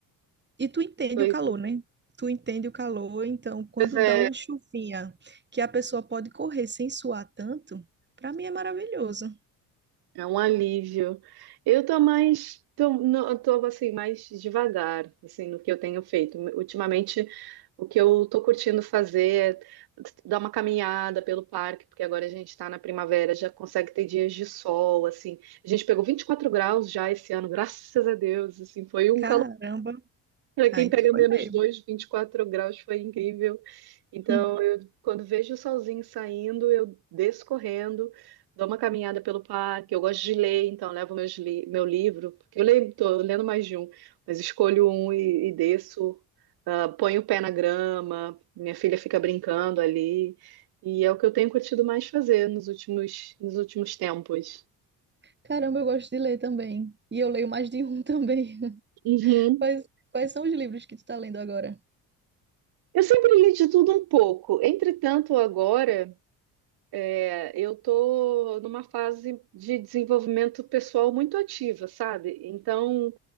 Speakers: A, on the right; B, on the right.
A: E tu entende
B: Pois
A: o calor, né? Tu entende o calor, então quando
B: pois é,
A: dá uma chuvinha que a pessoa pode correr sem suar tanto, para mim é maravilhoso.
B: É um alívio. Eu tô mais, tô, não, eu tô assim mais devagar, assim, no que eu tenho feito. Ultimamente, o que eu tô curtindo fazer é dar uma caminhada pelo parque, porque agora a gente tá na primavera, já consegue ter dias de sol, assim. A gente pegou 24 graus já esse ano, graças a Deus, assim, foi um
A: Caramba.
B: para
A: Ai,
B: quem pega
A: tu foi
B: menos
A: mesmo.
B: dois, vinte e quatro graus foi incrível. Então,
A: <laughs>
B: eu, quando vejo o solzinho saindo, eu desço correndo, dou uma caminhada pelo parque. Eu gosto de ler, então levo meus li- meu livro, porque eu leio, tô lendo mais de um, mas escolho um e, e desço, ah, ponho o pé na grama, minha filha fica brincando ali. E é o que eu tenho curtido mais fazer nos últimos, nos últimos tempos.
A: Caramba, eu gosto de ler também. E eu leio mais de um também. <laughs>
B: Uhum.
A: Quais, quais são os livros que tu tá lendo agora?
B: Eu sempre li de tudo um pouco. Entretanto, agora É, eu estou numa fase de desenvolvimento pessoal muito ativa, sabe? Então,